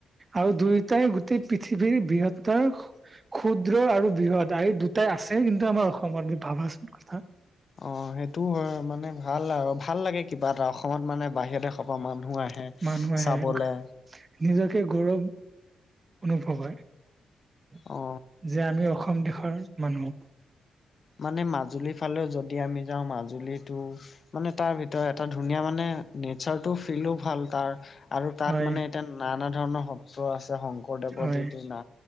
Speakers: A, on the right; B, on the left.
A: আৰু দুয়োটাই গোটেই পৃথিৱীৰ বৃহত্ত। ক্ষুদ্ৰ আৰু বৃহৎ দুয়ো আছে কিন্তু আমাৰ অসমত।
B: অ', সেইটোও হয় মানে, ভাল আৰু ভাল লাগে কিবা এটা অসমত বাহিৰ দেশৰ পৰাও মানুহ আহে।
A: মানুহ আহে।
B: চাবলে
A: নিজকে গৌৰৱ অনুভৱ হয়
B: অঁ।
A: যে আমি অসম দেশৰ মানুহ।
B: মানে মাজুলীৰফালে যদি আমি যাওঁ মাজুলীটো মানে, তাৰ ভিতৰত এটা ধুনীয়া মানে নেচাৰটো ফীলো ভাল তাৰ। আৰু তাত
A: হয়
B: মানে এতিয়া নানা ধৰণৰ সত্ৰ আছে শং শংকৰদেৱৰ
A: হয়
B: যিদিনা